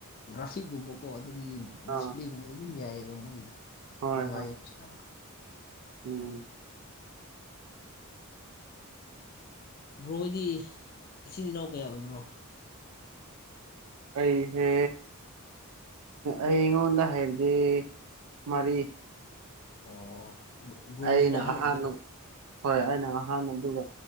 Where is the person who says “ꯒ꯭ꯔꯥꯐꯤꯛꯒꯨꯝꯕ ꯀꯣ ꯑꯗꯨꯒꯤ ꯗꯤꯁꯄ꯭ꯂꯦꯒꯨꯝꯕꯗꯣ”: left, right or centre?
Left